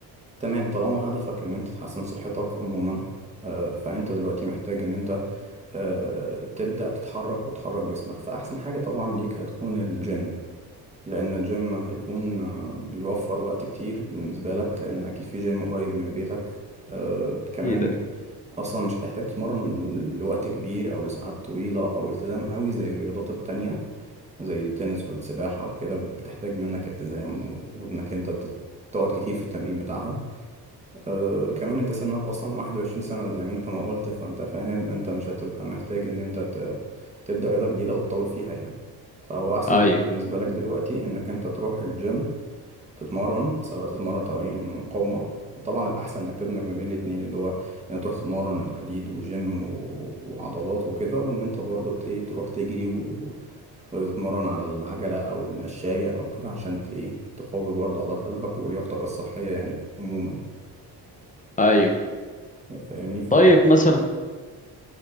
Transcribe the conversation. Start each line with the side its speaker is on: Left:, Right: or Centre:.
Right: تمام طالما هدفك إن أنت تحسن صحتك عموما آه، فأنت دلوقتي محتاج إن أنت آه، تبدأ تتحرك وتحرك جسمك فأحسن حاجة طبعا ليك هتكون الجيم لأن الجيم هيكون آه، بيوفر وقت كتير بالنسبة لك لأن أكيد في جيم قريب من بيتك آه كمان
Left: اكيد
Right: أصلا مش هتحتاج تتمرن لوقت كبير أو لساعات طويلة أو التزام قوي زي الرياضات التانية زي التنس والسباحة وكده بتحتاج منك التزام و- وإنك أنت تت- تقعد كتير في التمرين بتاعها أه كمان انت سنك اصلا 21 سنة زي ما انت ما قلت فانت فاهم انت مش هتبقى محتاج ان انت ت- تبدأ رياضة جديدة وتطول فيها يعني فهو احسن
Left: ايوه
Right: حاجة بالنسبة لك دلوقتي انك انت تروح الجيم تتمرن سواء تتمرن تمارين مقاومة وطبعا الاحسن انك تدمج ما بين الاتنين اللي هو ان تروح تتمرن حديد وجيم و... وعضلات وكده وان انت برضو ت- ايه تروح تجري و... وتتمرن على العجلة او المشاية او كده عشان ت... ايه تقوي برضو عضلات قلبك ولياقتك الصحية يعني عموما
Left: ايوه
Right: فاهمني فقول
Left: طيب مثلا